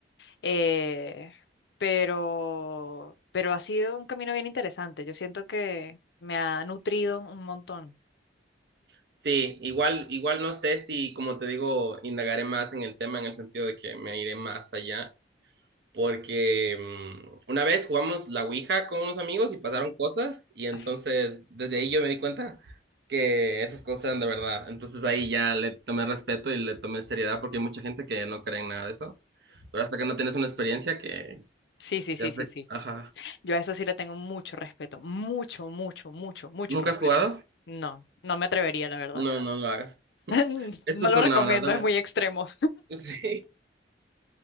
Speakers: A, on the left; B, on the right.
A: Eh, pero, pero ha sido un camino bien interesante, yo siento que me ha nutrido un montón.
B: Sí, igual, igual no sé si, como te digo, indagaré más en el tema en el sentido de que me iré más allá porque mm, una vez jugamos la Ouija con unos amigos y pasaron cosas y
A: <laughs>
B: entonces desde ahí yo me di cuenta que esas cosas eran de verdad. Entonces ahí ya le tomé respeto y le tomé seriedad porque hay mucha gente que no cree en nada de eso. Pero hasta que no tienes una experiencia que
A: Sí, sí,
B: te
A: sí,
B: hace...
A: sí, sí. sí.
B: Ajá.
A: Yo a eso sí le tengo mucho respeto, mucho, mucho, mucho, mucho
B: ¿Nunca
A: respeto.
B: has jugado?
A: No, no me atrevería, la verdad.
B: No, no lo hagas. <laughs>
A: <laughs>
B: Es
A: No
B: tu
A: lo
B: turno
A: recomiendo,
B: ahora, dame.
A: es muy extremo.
B: <laughs> Sí.